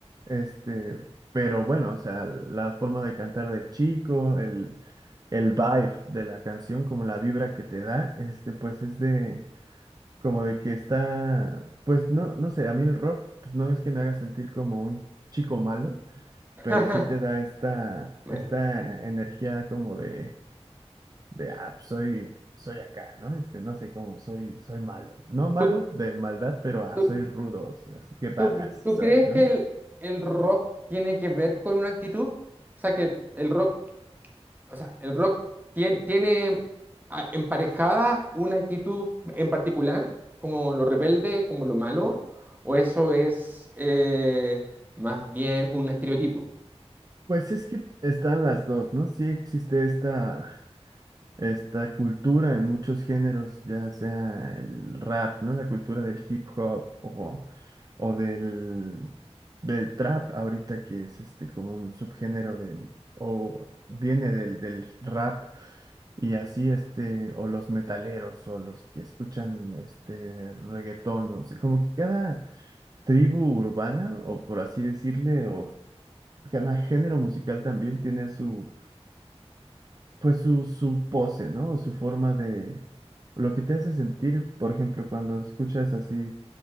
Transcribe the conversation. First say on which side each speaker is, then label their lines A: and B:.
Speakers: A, on the right; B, on the right.
A: este, pero bueno, o sea, la forma de cantar del chico, el, el vibe de la canción, como la vibra que te da, este, pues es de, como de que está, pues no, no sé, a mí el rock, pues no es que me haga sentir como un chico malo,
B: <laughs>
A: pero sí te da esta,
B: Vale.
A: esta energía como de de, ah, pues, soy, soy acá, ¿no? Este, no sé cómo, soy, soy malo. No malo
B: ¿Tú,
A: de maldad, pero ah,
B: tú-
A: soy rudo, así que badass
B: tú- tú
A: soy,
B: crees
A: ¿no?
B: que el, el rock tiene que ver con una actitud? O sea, que el rock O sea, el rock tien- tiene, ah, emparejada una actitud en particular, como lo rebelde, como lo malo, o eso es eh, más bien un estereotipo.
A: Pues es que están las dos, ¿no? Sí existe esta. esta cultura en muchos géneros, ya sea el rap, ¿no? La cultura del hip hop o, o del, del trap ahorita que es este como un subgénero del, o viene del, del rap y así este, o los metaleros o los que escuchan este reggaetón, o sea, como que cada tribu urbana o por así decirle, o cada género musical también tiene su pues su, su pose, ¿no? Su forma de... Lo que te hace sentir, por ejemplo, cuando escuchas así